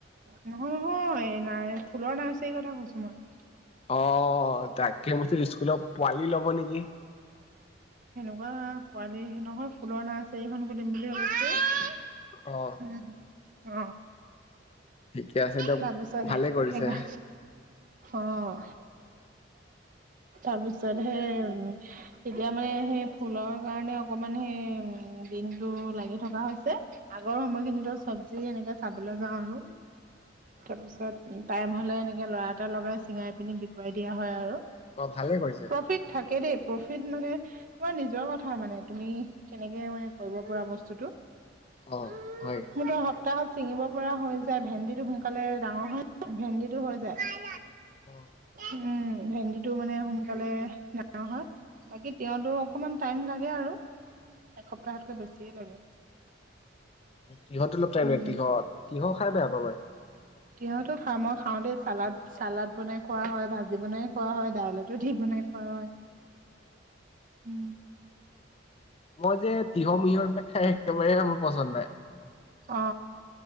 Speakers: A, on the right (about 45°); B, on the left (about 30°).
A: নহয় নহয় নাই, ফুলৰ নাৰ্ছাৰী কথা কৈছো মই।
B: অঁ, তাকে মইচো স্কুলৰ পোৱালি লব নেকি।
A: কোৱা পোৱালি নহয়, ফুলৰ নাৰ্চাৰী এখন খুলিম বুলি ভাবিছো।
B: অ।
A: উম, অ।
B: ঠিকে আছে দিয়ক
A: তাৰ পিছত,
B: ভালে কৰিছে
A: সেই বা, অঁ। তাৰপিছত সেই, তেতিয়া মানে সেই ফুলৰ কাৰণে অকমান সেই দিনটো লাগি থকা হৈছে। আগৰ সময়খিনিতো চব যে এনেকে চাবলৈ যাওঁ আৰু, তাৰ পিছত টাইম হলে এনেকে লৰা এটা লগাই চিঙাই পিনি বিক কৰাই দিয়া হয় আৰু।
B: অ ভালে কৰিছে
A: প্ৰফিট থাকে দেই, প্ৰফিট ফিত মানে তোমাৰ নিজৰ কথা মানে, তুমি কেনেকে মানে কৰিব পৰা বস্তুটো।
B: অ
A: মোৰতো
B: হয়
A: সপ্তাহত চিঙিব পৰা হৈ যায়, ভেন্দিটো সোনকালে ডাঙৰ হয়, ভেন্দিটো হৈ যায়।
B: অ।
A: উম, ভেন্দিটো মানে সোনকালে ডাঙৰ হয়। বাকি তিয়হতো অকমান টাইম লাগ গে আৰু, এসপ্তাহতকৈ বেছিয়ে লাগে।
B: তিহতো অলপ টাইম
A: উম
B: লৈ তিহত, তিহ খাই বেয়া পাওঁ মই।
A: তিহটো ভাল মই খাওঁ দেই, চালড চালড বনাই খোৱা হয়, ভাজি বনাই খোৱা হয়, দাইলতো দি বনাই খোৱা হয়, উম।
B: মই যে তিঁহ মিহৰ বিলাক খাই একেবাৰে মোৰ পচন্দ নাই।
A: অ